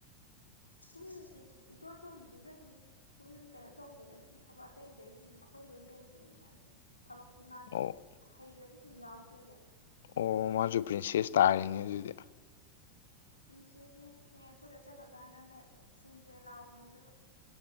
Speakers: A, on the left; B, on the left.
A: ꯇꯨꯝ ꯏꯇꯣꯟ ꯇꯣꯝꯗꯤꯗꯨꯁꯨ ꯑꯗꯨꯝ ꯁꯨꯝ ꯀꯩꯅꯣ ꯇꯧꯗꯦꯗ ꯁꯨꯝ ꯊꯕꯛ ꯑꯇꯩ ꯑꯇꯩ ꯁꯨꯝ ꯑꯩꯈꯣꯏ ꯂꯣꯏꯅ ꯂꯩꯕꯅꯤꯅ ꯑꯗꯨꯝ ꯊꯕꯛꯇꯤ ꯃꯥꯁꯨ
B: ꯑꯣ
A: ꯍꯩꯔꯁꯨ ꯁꯨꯝ ꯌꯥꯎꯗꯦꯕ
B: ꯑꯣ ꯃꯥꯁꯨ ꯄ꯭ꯔꯤꯟꯁꯦꯁ ꯇꯥꯔꯦꯅꯦ ꯑꯗꯨꯗꯤ
A: ꯄ꯭ꯔꯤꯟꯁꯦꯅꯦ ꯍꯌꯦꯡ ꯑꯩꯈꯣꯏ ꯂꯣꯏꯆꯠꯈ꯭ꯔꯥ ꯀꯥꯟꯗꯅ ꯆꯤꯟꯗ꯭ꯔꯦꯂꯥ ꯑꯣꯏꯍꯧꯗꯣꯏꯕ